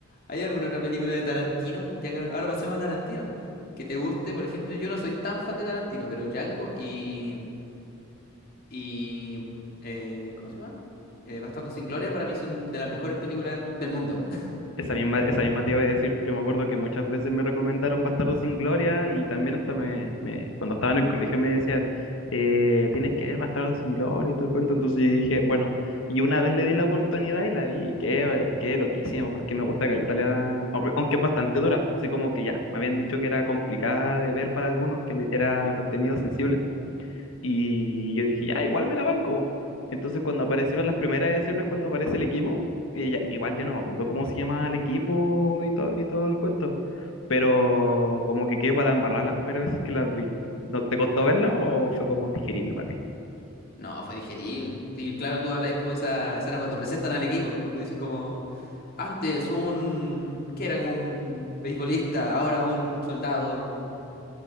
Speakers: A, on the left; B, on the left.
A: ¿Hay alguna otra película de Tarantino? Ya que ahora pasemos a Tarantino. Que te guste, por ejemplo, yo no soy tan fan de Tarantino, pero Django y... y eh, ¿cómo se llama? Eh, Bastardos sin Gloria para mí son de las mejores películas del mundo. <laughs>
B: Esa misma, esa misma te iba a decir, yo me acuerdo que muchas veces me recomendaron Bastardo sin Gloria y también hasta me, me- cuando estaba en el colegio me decían, eh, tienes que ver Bastardo sin Gloria y todo el cuento, entonces yo dije, bueno, y una vez le di la oportunidad y la vi, y qué, qué loquísimo, porque me gusta Caleta, la- aunque aunque es bastante dura, así como que ya, me habían dicho que era complicada de ver para algunos, que le- era contenido sensible. Y yo dije, ya, igual me la banco. Entonces, cuando aparecieron las primeras escenas, cuando aparece el equipo, que ya, igual ya no me acuerdo cómo se llama el equipo y, todo y todo el cuento, pero como que quedé para la embarrada las primeras veces que las vi. ¿No te costó verla o fue como digerible para ti?
A: No, fue digerible. Sí, claro, tú habláis como esa escena cuando presentan al equipo, cuando dicen como, antes un, que era como un beisbolista, ahora un soldado. y-